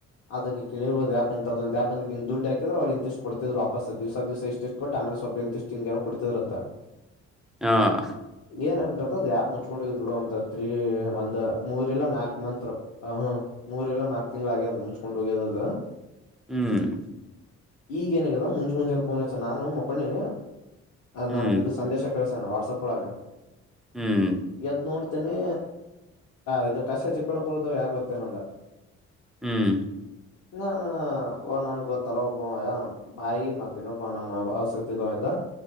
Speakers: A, on the left (about 70°); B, in the centre.
A: ಅದ ನೀ ಕೇಳಿಬೋದು ಯ ಅಂತ ಅ ಯ ದುಡ್ಾಕಿದ್ರ ಅವ್ರ ಇ ಎಷ್ಟ ಕೊಡ್ತಿದ್ ವಾಪಸ್ ದಿವಸ ದ್ಸ ಎಷ್ಟು. ಕೊಟ್ಟ ಆಮೇಲೆ ಸ್ಲ್ಪ ಇಂಟೆಸ್ಟಂಗ್ಏನು ಕೊತಿದ್ರತ್ತ.
B: ಹಾ-
A: ಏನ ಆಗ್ಬಿಟ್ಟತದ ಅದು ಯ್ಯಪ್ ಮುಚ್ಕೊಂಡು ಹೋಗ್ ಬಿಡು ಒಂತ ತ್ರೀ ಒಂದ್ ಮೂರ್ಲ್ಲ ನಾಲ್ಕು ಮಂತ್. ಹ ಹ್ಮ ಮೂರ್ಲ್ಲ ನಾಕ್ ತಿಂಗ್ಳ ಆಗ್ಯದ ಮುಚ್ಕೊಂಡ್ ಹೋಗ್ಯದ ಅದ.
B: ಹ್ಮ್-
A: ಈಗ ಏನಗ್ಯದ ಮುಂಜೆ ಮುಂಜೆನ ಪೋನ್ ಹಚ್ಚನ ನಾನು ಮಕ್ಕೊಂಡಿನೇ
B: ಹ್ಮ್
A: ನನಗ. ಸಂದೇಶ ಕಳಿಸನ ವಾಟ್ಸಆಪ್ ಒಳಗ.
B: ಹ್ಮ್
A: ಎದ್ ನೋಡ್ತೀನಿ ಇ ಕಸ್ಯ ಚಿಕ್ಕಬಳ್ಳಾಪುರದು ಗೊತ್ತನಂದ.
B: ಹ್ಮ್
A: ನಾನು ನನ್ಗೆ ಗೊತ್ತಲ್ಲ ಒಬ್ಬಯ. ಬಾಯಿ ಮತ್ತೇನೊಬ್ ನಮ್ಮಇನ್ನೊಬ್ಬ <unintelligible> ಇದ್ದ